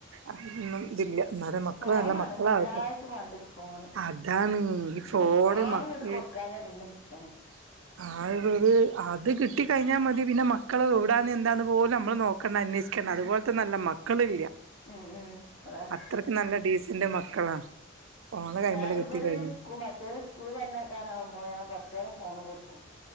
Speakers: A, on the right (about 70°); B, on the left (about 75°).
A: അഹിലൊന്നും ഇതില്ല ഇന്നാലും മക്കള്
B: ഫോണാണ്
A: നല്ല മക്കളാവട്ടെ
B: മെയിനായിട്ട് വാണ്ടിയത് ഫോണ്
A: അതാണ് ഈ
B: ഉം
A: ഫോണ്
B: ഫോണ്ങ്ങട്ട്
A: മക്ക
B: കൊട്ക്കാഞ്ഞാ പിന്നെ പിത്തനെ
A: <unintelligible> അത് കിട്ടികഴിഞ്ഞാ
B: ഉം
A: മതി പിന്നെ മക്കള് എവ്ടാന്ന് എന്താന്ന് പോലും നമ്മള് നോ ക്കണ്ട അന്വേഷിക്കണ്ട
B: ഉം
A: അതുപോല്ത്ത നല്ല മക്കളില്ല
B: ഉം ഉം അതാണ്
A: അത്രക്ക് നല്ല ഡീസന്റ് മ ക്കളാ ഫോണ് കൈയ്മല്
B: ഞാന്
A: കിട്ടികഴിഞ്
B: ഇവര് സ്കൂ മറ്റേവരെ സ്കൂള് പറഞ്ഞേക്കാനാവുമ്പോ ഞാൻ കുറച്ചനേരം ഫോൺ കൊടുക്കും